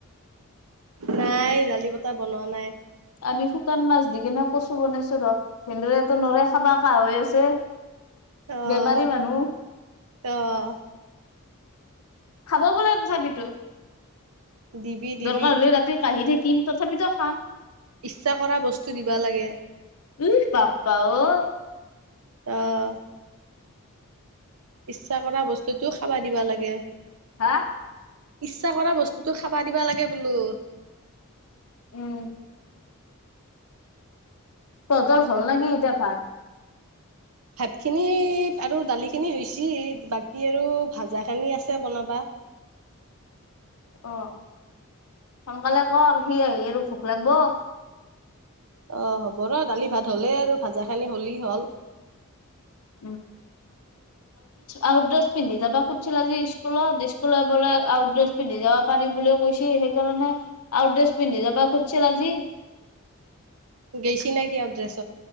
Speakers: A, on the right (about 75°); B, on the left (about 85°).
A: নাই জালি পতাহ বনোৱা নাই
B: আমি শুকান মাছ দি কেনে কচু বনাইছো ৰ ভেনদৰেতো নৰে কাবা কাহ হৈ আছে।
A: আহ
B: বেমাৰী মানুহ।
A: আহ
B: খাব বোলে তথাপিতো
A: দিবি দিবি
B: দৰকাৰ হলে ৰাতি কাঢ়ি থাকি দিম তথাপিতো খাম
A: ইচ্ছা কৰা বস্তু দিবা লাগে।
B: ইহ বাপ্পা <inaudible>
A: অ ' ইচ্ছা কৰা বস্তুতও খাবা দিবা লাগে।
B: হা।
A: ইচ্ছা কৰা বস্তুতটো খাবা দিবা লাগে বোলো
B: উম, তঁতৰ হল নে কি এতিয়া ভাত।
A: ভাত খিনি আৰু দালি খিনি হৈছে, বাকী আৰু ভাজা খিনি আছে বনাবা।
B: অ 'সোনকালে কৰ সি আহি আৰু ভোক লাগিব।
A: অ হ'ব ৰ দালি ভাত হ'লেই আৰু ভাজা খেনী হ'লেই হ'ল।
B: উ আউটড্ৰেছ পিন্ধি যাব খুজছিল আজি স্কুলত স্কুলত বলে আউটড্ৰেছ পিন্ধি যাব পাৰি বুলি কৈছী, সেইকাৰণে আউটড্ৰেছ পিন্ধি যাবা খুজিছিল আজি।
A: গৈছি নে কি আউটড্ৰেছ।